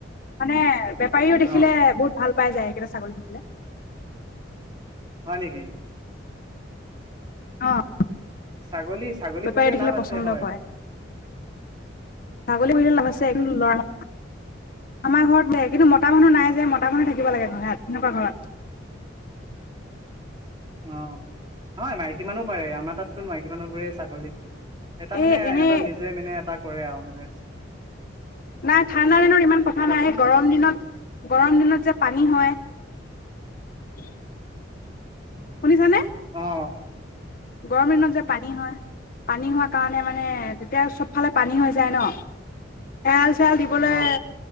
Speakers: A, on the left (about 45°); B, on the right (about 25°).
A: মানে বেপাৰীও দেখিলে
B: অঁ
A: বহুত ভাল পাই যায় একেইটা ছাগলী দেখিলে
B: হয় নেকি
A: অঁ বেপাৰীয়ে
B: ছাগলী ছাগলী পুহিলে
A: দেখিলে
B: লাভ
A: পচন্দ
B: আছে হয়
A: কৰে ছাগলী বুহে লাভ আছে কিন্তু লৰা আমাৰ ঘৰত দে কিন্তু মতা মানুহ নাই যে মতা মানুহ থাকে থিব লাগে নয় তেনেকুৱা ঘৰত
B: অ অ নহয় মাইকী মানুহ পাৰে আমাৰ তাততো মাইকী মানুহ বোৰে ছাগলীক এটা
A: এই
B: মানে
A: এনেই
B: এহটা নিজে মানে এটা কৰে আৰু মানে
A: নাই ঠাণ্ডা দনৰত ইমান কথা
B: কোৱাচোন
A: নাই গৰম দিনত গৰম দিনত যে পানী হয় উ শুনিছানে
B: আহ
A: গৰম দিনত যে পানী হয় পানী হোৱা কাৰণে মানে তেতিয়া চবফালে পানী হৈ যায় ন এজ চাল দিবলৈ
B: অ